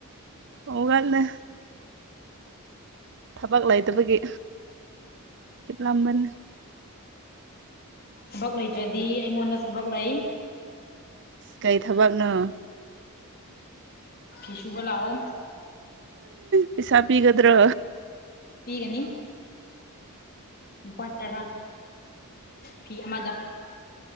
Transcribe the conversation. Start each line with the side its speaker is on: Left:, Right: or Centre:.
Right: ꯑꯣꯒꯜꯅꯦ ꯊꯕꯛ ꯂꯩꯇꯕꯒꯤ ꯍꯤꯞꯂꯝꯝꯕꯟ
Left: ꯊꯕꯛ ꯂꯩꯇ꯭ꯔꯗꯤ ꯑꯩꯉꯣꯟꯗ ꯊꯕꯛ ꯂꯩ
Right: ꯀꯩ ꯊꯕꯛꯅꯣ
Left: ꯐꯤꯁꯨꯨꯕ ꯂꯑꯣ
Right: ꯄꯁꯕꯤꯤꯒꯗ꯭ꯔ
Left: ꯄꯤꯒꯅꯤ ꯂꯨꯄꯥ ꯇꯔꯥ ꯐꯤ ꯑꯃꯗ